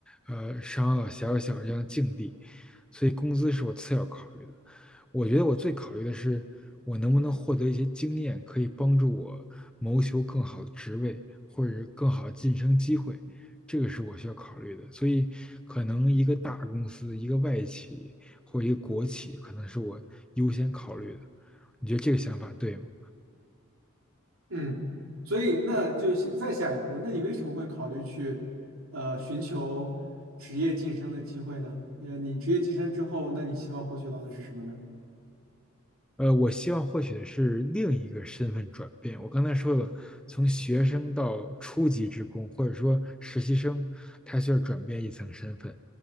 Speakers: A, in the centre; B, on the right (about 70°).
A: 呃商啊、小小小这样的境地，所以工资是我次要考虑的。我觉得我最考虑的是我能不能获得一些经验，可以帮助我谋求更好的职位或者是更好的晋升机会，这个是我需要考虑的。所以，可能一个大公司、一个外企或一个国企，可能是我优先考虑的。你觉得这个想法对吗？
B: 嗯，所以那就下再下一步，那你为什么会考虑去呃寻求职业晋升的机会呢？呃，你职业晋升之后，那你希望获取到的是什么呢？
A: 呃，我希望获取的是另一个身份转变。我刚才说了，从学生到初级职工，或者说实习生，他需要转变一层身份。